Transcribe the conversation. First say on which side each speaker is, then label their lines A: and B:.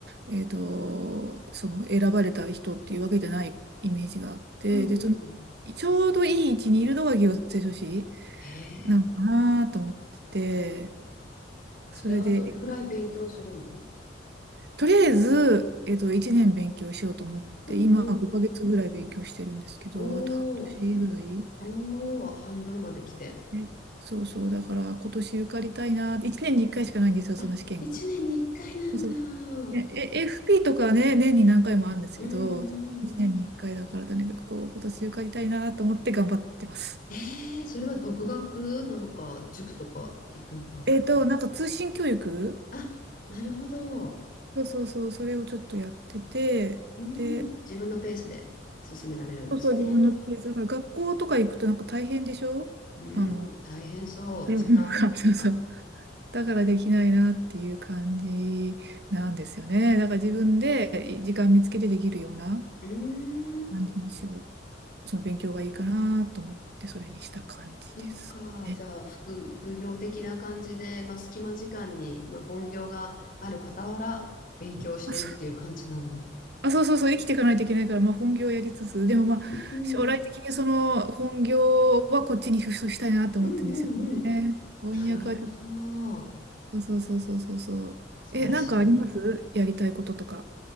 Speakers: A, on the right; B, on the left.
A: えっと、その選ばれた人っていうわけじゃないイメージがあって、
B: うんうん。
A: で、その、ちょうどいい位置にいるのが行政書士
B: へえ。
A: なのかなと思ってて、それで、
B: それはどれぐらい勉強するの
A: とりあえず、えっと、1年勉強しようと思って、
B: うんうんうん。
A: 今5ヶ月ぐらい勉強してるんですけど、
B: おお、
A: あと半年ぐらい。
B: おお、半分まで来て。
A: うんそうそう、だから今年受かりたいな、1年に1回しかないんですよ、
B: あ、
A: その試験が。
B: 一年に一回なん
A: そう。ねえ、
B: だ。
A: エフ FP とかね、年に何回もあるんですけど、
B: うんうん。
A: 1年に1回だから、とにかくこう、今年受かりたいなと思って頑張ってます。
B: ええそれは独学なのか、塾とか行くのか。
A: えっと、なんか通信教育
B: あ、なるほど。
A: そうそうそう、それをちょっとやってて、
B: うん、
A: で、
B: 自分のペースで進められるんですね。
A: そうそう、自分のペース、だから学校とか行くとなんか大変でしょあの、
B: うん、大変そう。
A: うん
B: 時間を取るのが。
A: <laughs> そうそう。だからできないなっていう感じなんですよね。だから自分で時間見つけてできるような
B: うーん、
A: 感じの仕事。その勉強がいいかなと思って、それにした感じですね。
B: そっか。じゃあ、副、副業的な感じで、まあ、隙間時間に、まあ、本業がある傍ら、勉強してるっていう感じなんだ。
A: あ、そう <laughs> あそうそうそう、生きていかないといけないから、まあ、本業をやりつつ、でもまあ、
B: うん、
A: 将来的にその本業はこっちにシフトしたいなと思ってるんですよね。
B: うん、うん、うん。
A: 翻訳はちょっ
B: なるほど。
A: と、そうそうそうそうそう。
B: 素晴らしいね。
A: え、なんかありますやりたいこととか。